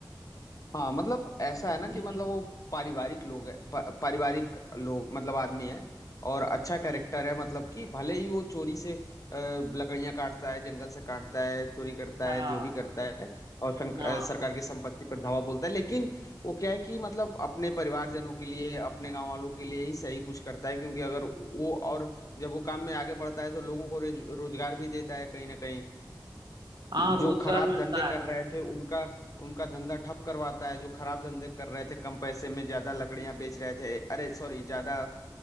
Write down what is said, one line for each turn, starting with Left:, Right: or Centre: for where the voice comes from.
Left: हाँ मतलब ऐसा है ना
Right: हम्म,
Left: कि मतलब वो पारिवारिक लोग है प- पारिवारिक लोग मतलब आदमी है और अच्छा
Right: हम्म,
Left: कैरेक्टर है मतलब कि भले ही वो चोरी से अ, लकड़ियां काटता है जंगल से काटता है चोरी करता
Right: हाँ
Left: है जो भी करता है और संक,
Right: हाँ
Left: अ, सरकार की संपत्ति पर धावा बोलता है लेकिन वो क्या है कि मतलब अपने परिवारजनों के लिए अपने गांव वालों के लिए ही सही कुछ करता है क्योंकि अगर वो और जब वो काम में आगे बढ़ता है तो लोगों को रोज, रोजगार भी देता है कहीं ना कहीं
Right: हाँ रोजगार
Left: जो खराब
Right: मिलता
Left: धंधे कर
Right: है
Left: रहे थे उनका उनका धंधा ठप करवाता है जो खराब धंधे कर रहे थे कम पैसे में ज्यादा लकड़ियां बेच रहे थे अरे सॉरी ज्यादा अ,